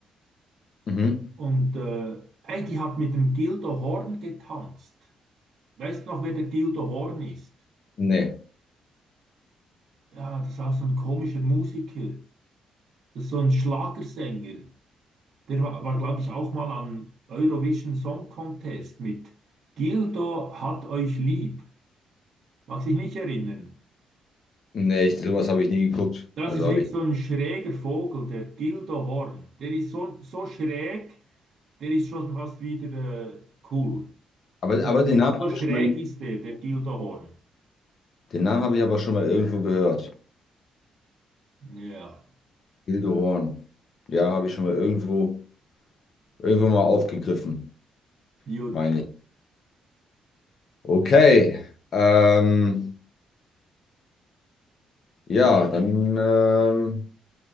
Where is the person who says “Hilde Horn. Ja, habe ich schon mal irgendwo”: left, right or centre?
Left